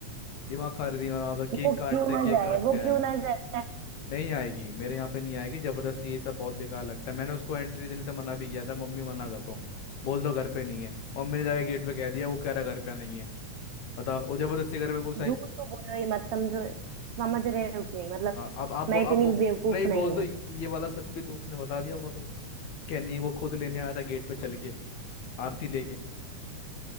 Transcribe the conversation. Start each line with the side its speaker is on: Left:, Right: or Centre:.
Left: दिमाग खा रही थी वहां पर केक
Right: वो
Left: काटते
Right: क्यों ना
Left: केक
Right: जाए
Left: काटते
Right: वो
Left: हैं
Right: क्यों ना जाए
Left: नहीं आएगी मेरे यहाँ पे नहीं आएगी जबरदस्ती ये सब बहुत बेकार लगता है मैंने उसको एंट्री देने से मना भी किया था मम्मी मना कर दो बोल दो घर पे नहीं है मम्मी ने जाके गेट पे कह दिया वो कह रहा घर पे नहीं है बताओ वो जबरदस्ती घर में घुस आई
Right: झूठ तो बोलो ही मत समझो समझ रहे हो कि नहीं मतलब
Left: हाँ अब आप बो-
Right: मैं
Left: अब
Right: इतनी
Left: बो-
Right: भी बेवकूफ
Left: नहीं
Right: नहीं
Left: बोल
Right: हूँ
Left: दो ये ये वाला सच भी तो उसने बता दिया होगा तुम्हें क्या नहीं वो खुद लेने आया था गेट पे चल के आरती लेके